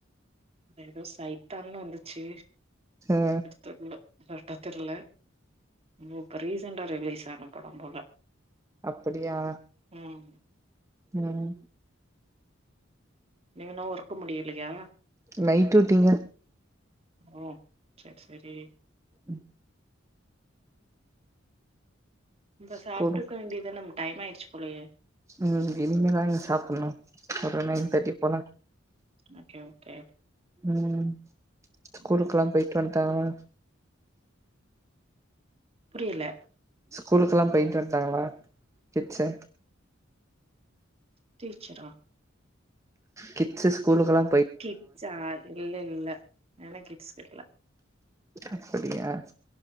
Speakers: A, on the right; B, on the right.
A: ஏதோ சைத்தான்னு வந்துச்சு
B: ஆ
A: தெர்ல கரெக்ட்டா தெரில இப்போ ரீசண்ட்டா ரிலீஸ் ஆன படோ
B: அப்படியா
A: ம்
B: ம்
A: ஏ இன்னும் ஒர்க் முடியலையா
B: நைட் டியூட்டிங்க
A: ஓ சரி சரி
B: ம்
A: இப்ப
B: ஸ்கூலுக்கு
A: சாப்ட்டுருக்க வேண்டிய தான டைம் ஆயிச்சு போலயே
B: ம் இனிமே தாங்க சாப்டணு ஒரு நைன்
A: ம்
B: தேட்டி போல
A: ஓகே ஓகே
B: ம் ஸ்கூலுக்கெல்லா
A: ம்
B: போயிட்டு வந்துட்டாங்களா
A: புரியல
B: ஸ்கூலுக்குல்லா பேயிட்டு வந்டாங்ளா கிட்ஸு
A: டீச்சரா
B: கிட்ஸு ஸ்கூல்லுக்கெல்லா
A: கிட்ஸா இல்ல இல்ல எனக் கிட்ஸ் கெடக்கல்ல
B: அப்படியா